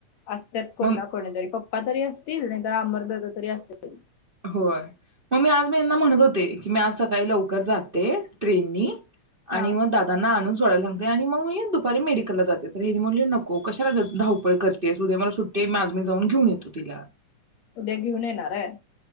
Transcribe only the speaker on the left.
असत्यात कोन
ना कोणीतरी पप् असतील <unintelligible> अमरदादा तरी असेल.
हा.
उद्या घेऊन येणाराय?